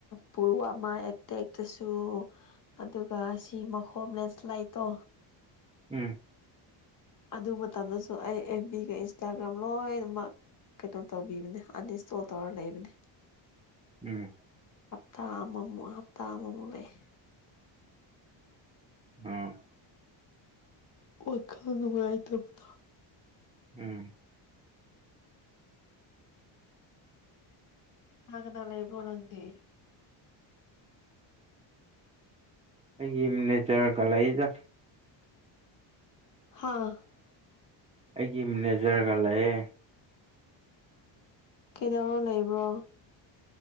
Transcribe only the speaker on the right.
ꯎꯪ
INAUDIBLE
INAUDIBLE
INAUDIBLE
ꯑꯩꯒꯤ ꯃꯦꯅꯦꯖꯔꯒ ꯂꯩꯗ
ꯑꯩꯒꯤ ꯃꯦꯅꯦꯖꯔꯒ ꯂꯩꯌꯦ